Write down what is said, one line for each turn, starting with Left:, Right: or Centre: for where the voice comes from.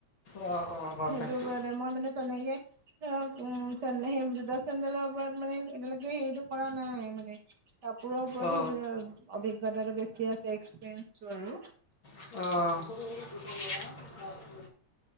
Left: অ' অ' গম
Right: সেইটোৰ
Left: পাইছো।
Right: ওপৰতে মই মানে তেনেকে ধৰক উ সেই জোতা চেণ্ডেলৰ ওপৰত মানে যে হেৰিটো কৰা নাই, মানে কাপোৰৰ ওপৰতহে
Left: অ'।
Right: অভিজ্ঞতাটো বেছি আছে এক্সপিৰিয়েঞ্চটো আৰু।
Left: অহ'!